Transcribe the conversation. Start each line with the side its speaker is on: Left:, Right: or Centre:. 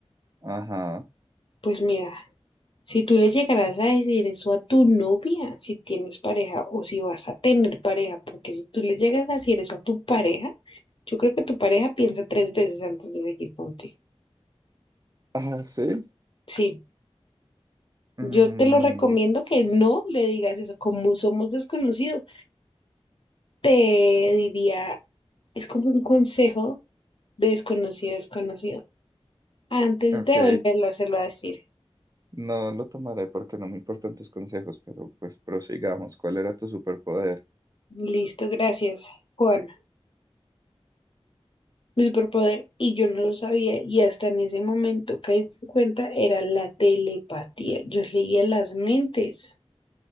Right: Ajá.
Left: Pues mira, si tú le llegarás a decir eso a tu novia, si tienes pareja o si vas a tener pareja, porque si tú le llegas a decir eso a tu pareja, yo creo que tu pareja piensa tres veces antes de seguir contigo.
Right: Ah, ¿sí?
Left: Sí.
Right: Mm,
Left: Yo te lo recomiendo que no le digas eso. Como somos desconocidos, Te diría, es como un consejo de desconocido a desconocido. Antes
Right: ok.
Left: de volverlo a hacerlo a decir.
Right: No lo tomaré porque no me importan tus consejos, pero pues prosigamos. ¿Cuál era tu superpoder?
Left: Listo, gracias, Juan. Mi superpoder, y yo no lo sabía, y hasta en ese momento caí en cuenta, era la telepatía. Yo leía las mentes.